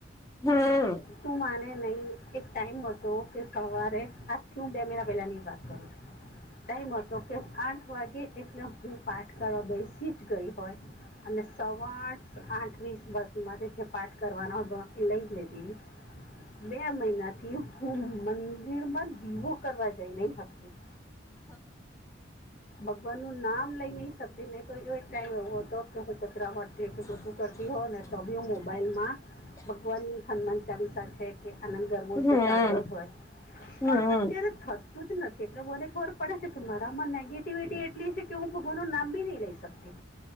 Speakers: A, on the left; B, on the left.
A: હમ
B: તું માને નહી એક ટાઈમ હતો કે સવારે આઠ થી હું બે મહિના પહેલાની વાત કરું છું ટાઈમ હતો કે આઠ વાગે એટલે હું પાઠ કરવા બેસી જ ગઈ હોય અને સવા આઠ વીસ બસ માટેરે જે પાઠ કરવાનો હતો એ લઈ લેતી હતી બે મહિનાથી હું મંદિર માં દીવો કરવા જઈ નહી હતી. ભગવાન નું નામ લઈ નહી શકતી નહી તો એ એક ટાઈમ એવો હતો કે હું કચરા વારતી કે પોતુ કરતી હો ને ત બી મોબાઈલ માં ભગવાનની હનુમાન ચાલીસા છે કે આનંદ ગરવો
A: હમ
B: છે ચાલતો જ હોય.
A: હમ
B: પણ અત્યારે થતું જ નથી એટલે બને ખબર પડે છે કે મારા આમાં નેગેટિવિટી એટલી છે કે હું ભગવાનું નામ બી નહી લઈ શક તી